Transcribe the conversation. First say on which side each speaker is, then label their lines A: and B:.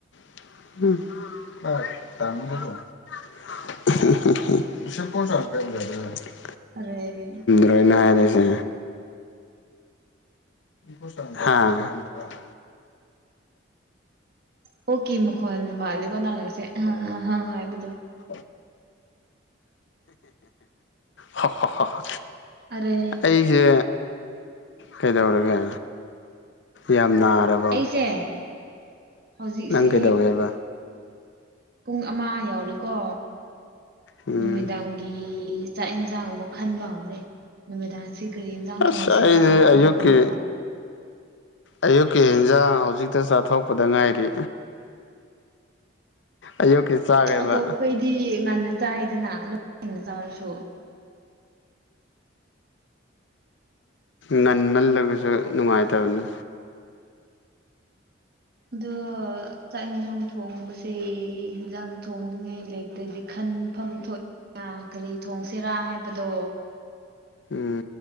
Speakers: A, on the left; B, on the right.
A: <unintelligible> <unintelligible>
B: ꯑꯔꯦ
A: ꯂꯣꯏꯅꯥ ꯍꯥꯏꯔꯤꯁꯦ <unintelligible>
B: ꯑꯣꯀꯤ ꯃꯈꯣꯟ ꯃꯥꯜꯂꯤꯀꯣ ꯅꯪꯅ ꯉꯁꯤ ꯑꯍ ꯑꯍ ꯍ ꯥꯏꯕꯗꯣ
A: <unintelligible> ꯍꯣꯏ ꯍꯣ ꯍꯣꯏ ꯍꯣꯏ
B: ꯑꯔꯦ
A: ꯑꯩꯁꯦ ꯀꯩꯗꯧꯔꯒꯦ ꯌꯥꯝ ꯅꯥꯔꯕ
B: ꯑꯩꯁꯦ ꯍꯧꯖꯤꯛꯁꯦ
A: ꯀꯩꯗꯧꯋꯦꯕ
B: ꯄꯨꯡ ꯑꯃꯥ ꯌꯧꯔꯦꯀꯣ
A: ꯎꯝ
B: ꯅꯨꯃꯤꯗꯥꯡꯒꯤ ꯆꯥꯛ ꯏꯟꯁꯥꯡ ꯑꯃꯨꯛ ꯈꯟꯕ ꯍꯧꯔꯦ ꯅꯨꯃꯤꯗꯥꯡꯁꯤ ꯀꯔꯤ ꯌꯦꯟꯖꯥꯡ
A: ꯑꯁ
B: ꯊꯣꯡꯁꯤꯔꯅ
A: ꯑꯩꯗꯤ ꯑꯌꯨꯛꯀꯤ
B: ꯈꯟꯕ ꯍꯧꯔꯦ
A: ꯑꯌꯨꯛꯀꯤ ꯏꯟꯖꯥꯡ ꯍꯧꯖꯤꯛꯇ ꯆꯥꯊꯣꯛꯄꯗ ꯉꯥꯏꯔꯤ ꯑꯌꯨꯛꯀꯤ ꯆꯥꯒꯦꯕ
B: ꯑꯗꯣ ꯑꯩꯈꯣꯏꯗꯤ ꯉꯟꯅ ꯆꯥꯏꯗꯅ ꯅꯣꯏ ꯉꯟꯅ ꯆꯥꯔꯁꯨ
A: ꯉꯟꯃꯜꯂꯒꯁꯨ ꯅꯨꯡꯉꯥꯏꯇꯕꯅꯤ
B: ꯑꯗꯣ ꯆꯥꯛ ꯌꯦꯟꯁꯥꯡ ꯊꯣꯡꯕꯁꯦ ꯌꯦꯟꯖꯥꯡ ꯊꯣꯡꯅꯤꯡꯉꯥꯏ ꯂꯩꯇ꯭ꯔꯗꯤ ꯈꯟꯐꯝ ꯊꯣꯛꯏꯅ ꯀꯔꯤ ꯊꯣꯡꯁꯤꯔꯥ ꯍꯥꯏꯕꯗꯣ
A: ꯎꯝ